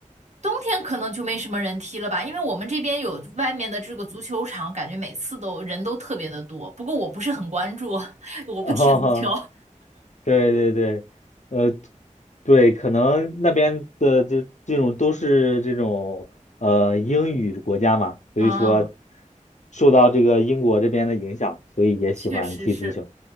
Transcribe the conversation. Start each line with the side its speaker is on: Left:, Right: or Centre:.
Right: 冬天可能就没什么人踢了吧，因为我们这边有外面的这个足球场，感觉每次都人都特别的多，不过我不是很关注，<laughs>
Left: <laughs>
Right: 我不踢足球，
Left: 然后对对对，呃，对，可能那边的这这种都是这种呃英语国家嘛，所以说
Right: <laughs> 嗯，
Left: 受到这个英国这边的影响，所以也喜欢踢足球。
Right: 确实是，